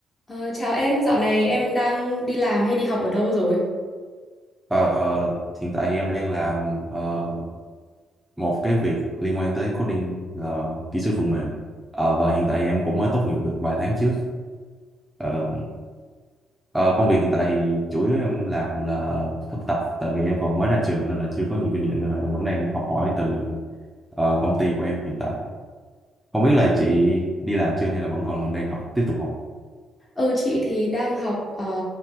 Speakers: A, on the left; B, in the centre.
A: Ờ, chào em, dạo này em đang đi làm hay đi học ở đâu rồi?
B: Ờ, hiện tại thì em đang làm ờ, một cái việc liên quan tới coding là kỹ sư phần mềm Ờ, và hiện tại thì em cũng mới tốt nghiệp được vài tháng trước. Ờ, ờ, công việc hiện tại thì chủ yếu em làm là thực tập tại vì em còn mới ra trường nên là chưa có nhiều kinh nghiệm nên là em vẫn đang học hỏi từ ờ, công ty của em hiện tại. Không biết là chị đi làm chưa hay là vẫn còn đang học tiếp tục học?
A: Ừ, chị thì đang học ờ,